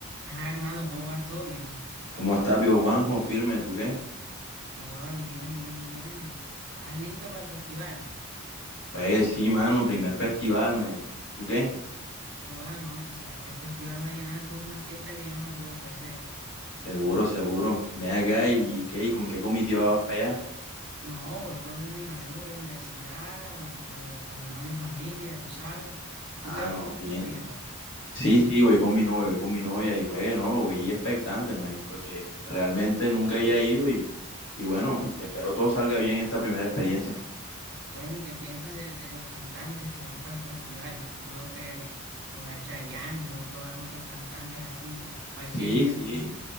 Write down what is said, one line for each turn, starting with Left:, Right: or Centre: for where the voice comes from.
Right: Ah, hermano, ¿cómo vas? ¿Todo bien?
Left: ¿Cómo estás, viejo Juanjo? Firme, ¿tú qué?
Right: Oda, bien, bien, bien. ¿Estás listo para el festival?
Left: Pues sí, mano, primer festival, Mike. ¿Tú qué?
Right: Oda, no, tú sabes que el Festival Vallenato es una fiesta que yo no me puedo perder.
Left: Seguro, seguro. Ven acá y, y qué, ¿y con qué comitiva vas para allá?
Right: No, voy con mis amigos de la universidad, eh, también va mi familia, tú sabes. ¿Tú
Left: Ah,
Right: qué vas
Left: no,
Right: con tu
Left: bien.
Right: novia?
Left: Sí, sí, voy con mi novia, voy con mi novia y pues, no, voy expectante, Mike, porque realmente nunca había ido y, y bueno, espero todo salga bien esta primera experiencia.
Right: Bueno, ¿y qué piensas de, de los cantantes que van para el festival? Yo veo que, que va Chayanne, veo que van otros cantantes así. ¿Cuál
Left: Sí,
Right: quieres ver
Left: sí.
Right: tú?